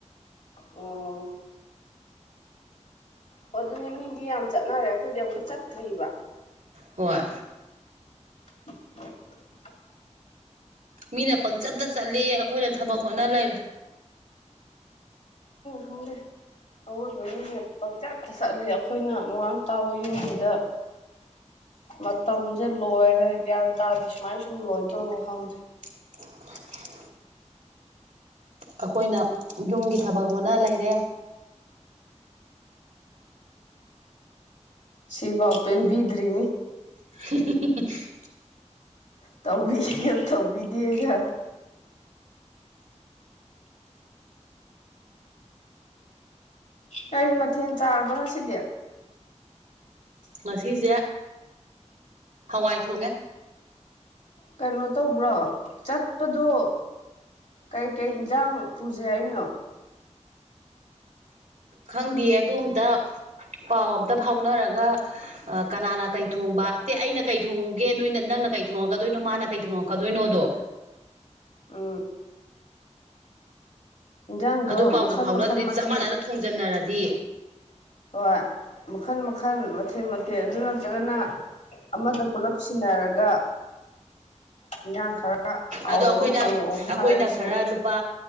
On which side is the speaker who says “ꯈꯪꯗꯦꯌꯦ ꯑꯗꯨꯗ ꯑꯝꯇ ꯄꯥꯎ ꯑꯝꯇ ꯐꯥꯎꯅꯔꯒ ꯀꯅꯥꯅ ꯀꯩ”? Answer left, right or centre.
Right